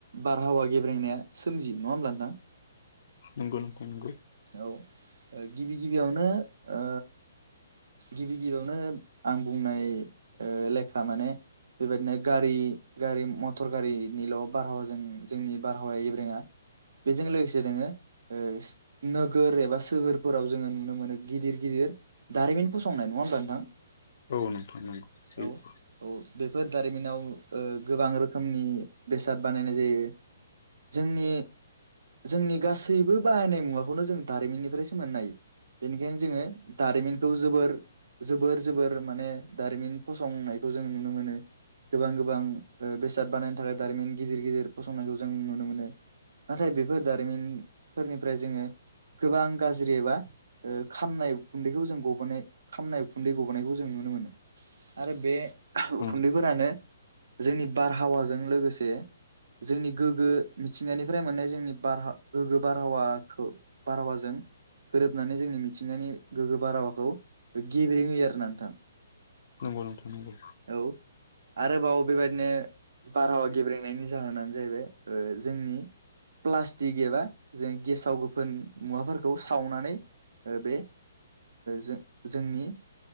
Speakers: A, on the right (about 70°); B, on the left (about 55°).
A: बारहावा गेब्रेंनाया सोमजि नङा होमब्ला नोंथां?
B: नंगौ नोंथां नंगौ
A: औ ओ गिबि गिबियावनो ओ गिबि गिबियावनो आं बुंनाय ओ लेखा माने बेबायदिनो गारि गारि मथर गारिनिल' बारहावाजों जोंनि बारहावाया गेब्रेङा बेजों लोगोसे जोङो ओ नोगोर एबा सोहोर फोराव जोङो नुनो मोनो गिदिर गिदिर दारिमिन फसंनाय नङा होमब्ला नोंथां?
B: औ नोंथां नोंगौ सैथो
A: औ औ बेफोर दारिमिनाव ओ गोबां रोखोमनि बेसाद बानायनाय जायो जोंनि जोंनि गासैबो बाहायनाय मुवाखौनो जों दारिमिननिफ्राय मोननाय बेनिखायनो जोङो दारिमिनखौ जोबोर जोबोर जोबोर माने दारिमिन फसंनायखौ जों नुनो मोनो गोबां गोबां ओ बेसाद बानायनो थाखाय दारिमिन गिदिर गिदिर फसंनायखौ जों नुनो मोनो नाथाय बेफोर दारिमिनफोरनिफ्राय जोङो गोबां गाज्रि एबा ओ खामनाय उखुन्दैखौ जों गबोनाय खामनाय उखुन्दै गबोनायखौ जों नुनो मोनो आरो बे उखुन्दैफोरानो
B: औ
A: जोंनि बारहावाजों लोगोसे जोंनि गोगो मिथिंगानिफ्राय मोननाय जोंनि बारहा गोगो बारहावाखो बारहावाजों गोरोबनानै जोंनि मिथिंगानि गोगो बारहावाखौ गेबरें होयो आरोना नोंथां।
B: नंगौ नोंथां नंगौ।
A: औ आरोबाव बेबायदिनो बारहावा गेब्रेंनायनि जाहोनानो जाहैबाय ओ जोंनि प्लास्टिक एबा जों गेसाव-गोफोन मुवाफोर खौ सावनानै बे ज जोंनि